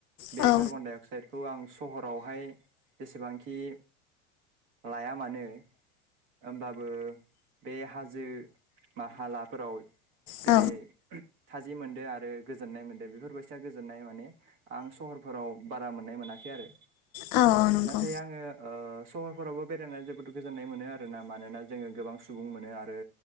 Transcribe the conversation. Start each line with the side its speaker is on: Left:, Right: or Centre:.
Right: बे
Left: औ औ
Right: कार्बन डाइ अक्साइडखौ आं सहरावहाय जेसेबांखि लाया मानो ओमबाबो बे हाजो बा हालाफोराव जेरै
Left: औ
Right: थाजिम मोनदो आरो गोजोननाय मोन्दो बेफोरबायसा गोजोननाय माने आं सहरफोराव बारा मोननाय मोनाखै आरो
Left: औ नंगौ
Right: नाथाय आङो ओ सहर फोरावबो बेरायनानै जोबोद गोजोननाय मोनो आरोना मानोना जोङो गोबां सुबुं मोनो आरो